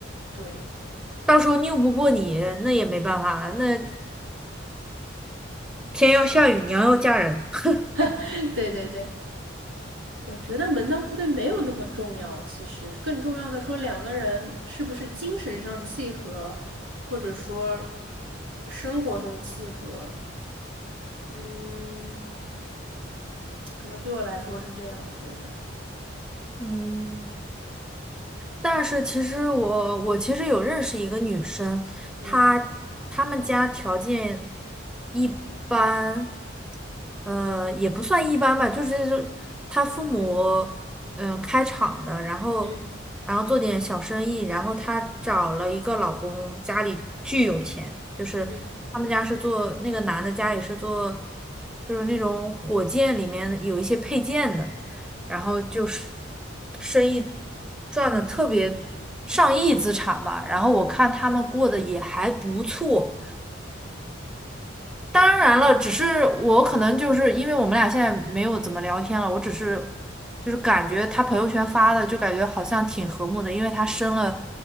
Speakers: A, on the right (about 85°); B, in the centre.
A: 对，
B: 到时候拗不过你，那也没办法了那天要下雨，娘要嫁人。<laughs>
A: <laughs> 对对对，我觉得门当户对没有那么重要。其实更重要的说，两个人是不是精神上契合，或者说生活中契合，嗯，可能对我来说是这样，我觉得，
B: 嗯。但是其实我我其实有认识一个女生，
A: 嗯。
B: 她她们家条件一般，呃，也不算一般吧，就是她父母嗯、呃开厂的，然后然后做点小生意，
A: 嗯
B: 然后她找了一个老公，家里巨有钱，就是他们家是做那个男的家里是做
A: 嗯
B: 就是那种火箭里面有一些配件的。然后就是生意赚的特别上亿资产吧。然后我看他们过得也还不错。当然了，只是我可能就是因为我们俩现在没有怎么聊天了，我只是就是感觉他朋友圈发的，就感觉好像挺和睦的，因为她生了